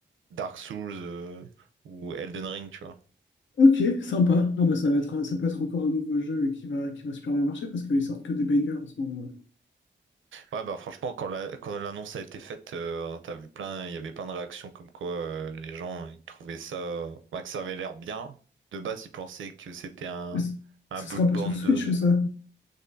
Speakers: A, on the right; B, on the left.
A: Dark Souls euh, ou Elden Ring, tu vois.
B: ok, sympa. Ah, bah, ça va être, un- ça peut être encore un nouveau jeu qui va, qui va super bien marcher parce qu'ils sortent que des bangers en ce moment. ouais.
A: Ouais, bah franchement, quand la, quand l'annonce a été faite, euh, t'as vu plein, il y avait plein de réactions comme quoi euh, les gens ils trouvaient ça, bah, que ça avait l'air bien. De base, ils pensaient que c'était un,
B: Mais c-
A: un
B: ça
A: Bloodborne
B: sera pas sur Switch,
A: deux mais
B: ça.